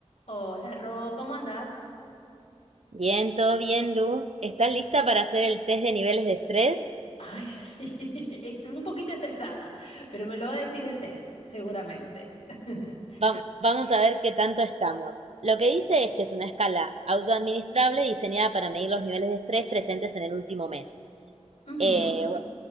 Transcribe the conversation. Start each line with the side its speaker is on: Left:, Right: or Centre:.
Left: Hola, Ro, ¿cómo andás?
Right: Bien, todo bien, Lu. ¿Estás lista para hacer el test de niveles de estrés?
Left: Ay, sí, <laughs> es- un poquito estresada, pero me lo va a decir el test, seguramente. <laughs>
Right: Vam- Vamos a ver qué tanto estamos. Lo que
Left: Mm.
Right: dice es que es una escala autoadministrable diseñada para medir los niveles de estrés presentes en el último mes.
Left: Ujú,
Right: Eh, bueno,